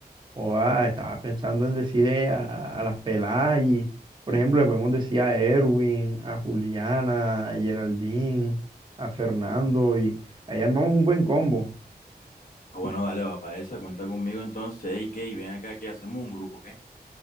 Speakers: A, on the right; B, on the left.
A: Oa, estaba pensando en decirle a, a las peladas y, por ejemplo, le podemos decir a Erwin, a Juliana, a Geraldine, a Fernando y ahí armamos un buen combo.
B: Ah, bueno, dale, va para esa, cuenta conmigo entonces. ¿Y qué? ¿Y ven acá, ¿qué? ¿Hacemos un grupo, qué?